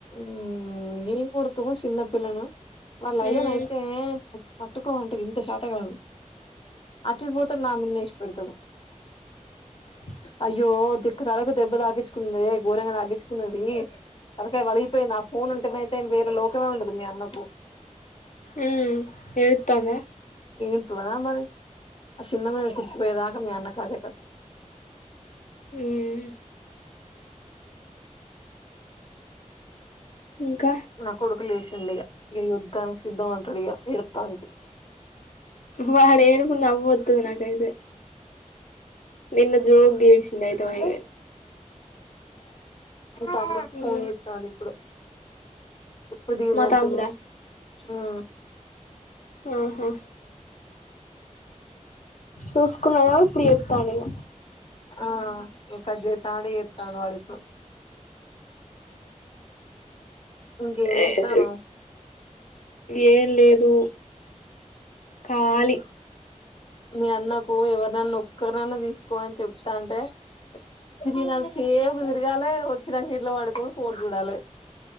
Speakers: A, on the left; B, on the left.
A: మ్ ఏం కొడతావ్ చిన్నపిల్లను వాళ్ళ అయ్యనైతే
B: ఉమ్
A: పట్టుకోమంటే గింత శాత కాదు. అటు ఇటు ఓతడు నా మీదనే ఇష్ పెడతాడు.
B: అ
A: అయ్యో దిక్కతలకు దెబ్బ తాగించుకున్నదే ఘోరంగా తాగించుకున్నది తలక్ తలకాయ వలిగిపోయింది ఆ ఫోన్ ఉంటేనైతే వేర లోకమే ఉండదు. మీ అన్నకు
B: ఉమ్ ఎడ్తాందా
A: యెడ్తాదా మరి ఆ చిన్న మెదడు చితికిపోయేదాక మీ అన్నకు అదే కథ
B: ఉమ్ ఇంకా
A: నా కొడుకు లేసిండు ఇగ ఇగ యుద్ధానికి సిద్ధం అంటాడు ఇగ ఏడ్తానికి
B: వాడి ఏడుపు నవ్వువతది నాకైతే నిన్న జోరుగా ఏడ్చిండు అయితమయిగా
A: అ మీ తమ్ముడు
B: ఉమ్
A: ఫోన్ జెతాండు ఇప్పుడు ఇప్పుడు తీర్నటుంది.
B: మా తమ్ముడా
A: ఉమ్
B: ఆహా! చూసుకున్నాడేమో ఇప్పుడు ఎత్తండిగా
A: ఆ కట్ జెత్తంటే ఎత్తండు వాడు ఇప్పుడు ఇంక ఏం
B: ఉమ్
A: జిత్తానవ్?
B: ఏం లేదు ఖాలి.
A: మీ అన్నకు ఎవరినైన్నా ఒక్కరినన్న తీసుకోని చెప్తా అంటే తిరిగినంత సేపు తిరగాలే వచ్చినంక ఇంట్లో వండుకొని ఫోన్ చూడాలే